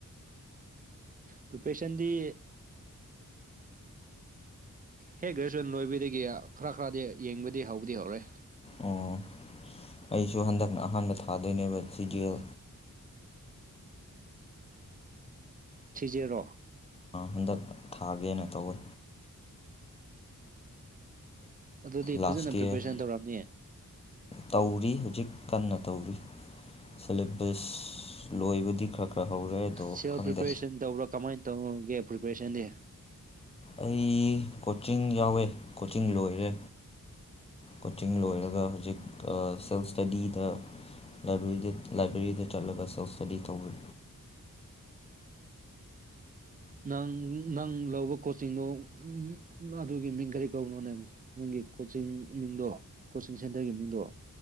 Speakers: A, on the right; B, on the left.
A: ꯄꯔꯤꯄꯦꯁꯟꯗꯤ ꯍꯦ ꯒ꯭ꯔꯦꯖꯨꯋꯦꯁꯟ ꯂꯣꯏꯕꯗꯒꯤ ꯈꯔ ꯈꯔꯗꯤ ꯌꯦꯡꯕꯗꯤ ꯍꯧꯕꯗꯤ ꯍꯧꯔꯦ
B: ꯑꯣ ꯑꯩꯁꯨ ꯍꯟꯗꯛꯅ ꯑꯍꯥꯟꯕ ꯊꯥꯗꯣꯏꯅꯦꯕ ꯁꯤꯗꯦꯜ
A: ꯁꯤꯖꯦꯔꯣ
B: ꯍꯟꯗꯛ ꯊꯥꯒꯦꯅ ꯇꯧꯋꯤ
A: ꯑꯗꯨꯗꯤ
B: ꯂꯥꯁ
A: ꯐꯖꯅ
B: ꯏꯌꯔ
A: ꯄ꯭ꯔꯤꯄꯦꯔꯦꯁꯟ ꯇꯧꯔꯑꯝꯅꯤ
B: ꯇꯧꯔꯤ ꯍꯧꯖꯤꯛ ꯀꯟꯅ ꯇꯧꯔꯤ ꯁꯦꯂꯦꯕꯁ ꯂꯣꯏꯕꯨꯗꯤ ꯈꯔ ꯈꯔ ꯍꯧꯔꯦ ꯑꯗꯣ
A: ꯁꯤꯦꯜ
B: ꯈꯪꯗꯦ
A: ꯄ꯭ꯔꯤꯄꯦꯔꯦꯁꯟ ꯇꯧꯕ꯭ꯔꯥ ꯀꯃꯥꯏꯅ ꯇꯧꯒꯦ ꯄ꯭ꯔꯤꯄꯦꯔꯦꯁꯟꯗꯤ
B: ꯑꯩ ꯀꯣꯆꯤꯡ ꯌꯥꯎꯋꯦ ꯀꯣꯆꯤꯡ ꯂꯣꯏꯔꯦ ꯀꯣꯆꯤꯡ ꯂꯣꯏꯔꯒ ꯍꯧꯖꯤꯛ ꯁꯦꯜꯐ ꯏꯁꯇꯗꯤꯗ ꯗ ꯂꯥꯏꯕ꯭ꯔꯦꯔꯤꯗ ꯆꯠꯂꯒ ꯁ ꯏꯁꯇꯗꯤ ꯇꯧ꯭ꯔꯦ
A: ꯅꯪ ꯅꯪ ꯂꯧꯕ ꯀꯣꯆꯤꯡꯗꯣꯑꯗꯨꯒꯤ ꯃꯤꯡ ꯀꯔꯤ ꯀꯧꯕꯅꯣꯅꯦꯕ ꯀꯣꯆꯤꯡ ꯃꯤꯡꯗꯣ ꯀꯣꯆꯤꯡ ꯁꯦꯟꯇꯔꯒꯤ ꯃꯤꯃꯤꯡꯗꯣ